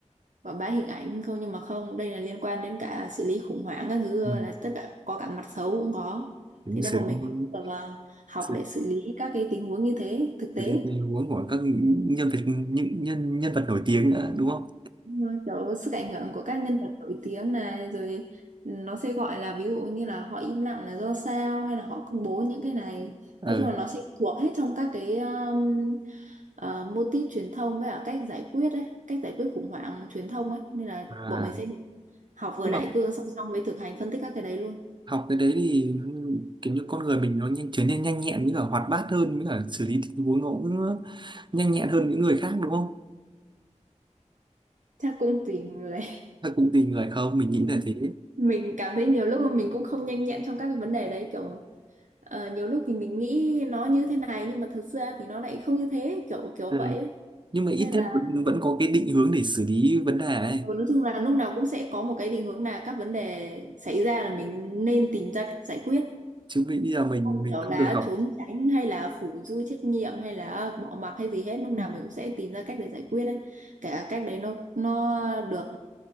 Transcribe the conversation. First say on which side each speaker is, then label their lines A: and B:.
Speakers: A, on the right; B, on the right.
A: quảng bá hình ảnh không nhưng mà không đây là liên quan đến cả xử lý khủng hoảng các thứ
B: Ừ.
A: là tất cả có cả mặt xấu cũng có
B: Đúng
A: thì nên
B: xử
A: bọn mình cũng
B: lý
A: được ờ, học
B: xử
A: để xử lý các cái tình huống như thế thực tế
B: lý tình huống của các nhân vật những nhân nhân vật nổi tiếng nữa đúng không?
A: Đúng rồi, kiểu sức ảnh hưởng của các nhân vật nổi tiếng này rồi nó sẽ gọi là ví dụ như là họ im lặng là do sao hay là họ công bố những cái này
B: Ờ
A: nói chung là nó sẽ thuộc hết trong các cái um, uh, mô típ truyền thông với cả cách giải quyết ấy cách giải quyết khủng hoảng truyền thông ấy nên là
B: à
A: bọn mình sẽ được học vừa
B: nhưng
A: đại
B: mà
A: cương song song với thực hành phân tích các cái đấy luôn
B: học cái đấy thì kiểu như con người mình nó nhanh, trở nên nhanh nhẹn với cả hoạt bát hơn với cả xử lý tình huống nó cũng nhanh nhẹn hơn những người khác đúng không?
A: chắc cũng vì là
B: Hay cũng tùy người không? Mình nghĩ là
A: <laughs>
B: thế.
A: mình cảm thấy nhiều lúc mình cũng không nhanh nhẹn trong các cái vấn đề đấy kiểu ờ, nhiều lúc thì mình nghĩ nó như thế này nhưng mà thực ra thì nó lại không như thế kiểu kiểu
B: Ừ.
A: vậy ấy.
B: Nhưng mà ít
A: nên là
B: nhất vẫn, vẫn có cái định hướng để xử lý vấn đề ấy.
A: ừ, nói chung là lúc nào cũng sẽ có một cái định hướng là các vấn đề xảy ra là mình nên tìm ra cách giải quyết
B: Chứ bây giờ mình
A: không
B: mình
A: kiểu
B: không
A: là
B: được học.
A: trốn tránh hay là phủi dui trách nhiệm hay là bỏ mặc hay gì hết lúc nào mình cũng sẽ tìm ra cách để giải quyết ấy cả cách đấy nó nó được